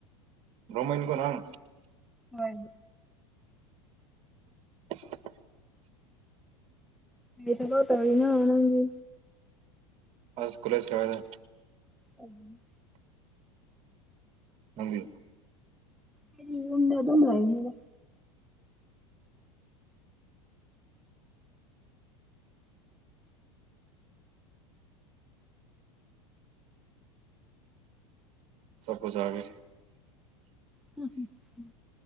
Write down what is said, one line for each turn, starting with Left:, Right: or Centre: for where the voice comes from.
Right: ꯔꯣꯡꯃꯩꯅꯤꯀꯣ ꯅꯪ
Centre: ꯍꯣꯏ
Right: <inaudible>
Centre: ꯀꯩ ꯊꯕꯛ ꯇꯧꯔꯤꯅꯣ ꯅꯪꯗꯤ
Right: ꯑꯁ ꯀꯣꯜꯂꯦꯁ ꯀꯥꯏꯗ
Centre: ꯎꯝ
Right: ꯅꯪꯗꯤ
Centre: ꯑꯩꯗꯤ ꯌꯨꯝꯗ ꯑꯗꯨꯝ ꯂꯩꯕꯅꯤꯗ
Right: ꯑꯆꯥꯄꯣꯠ ꯆꯥꯒꯦ
Centre: ꯍꯨꯝ ꯍꯨꯝ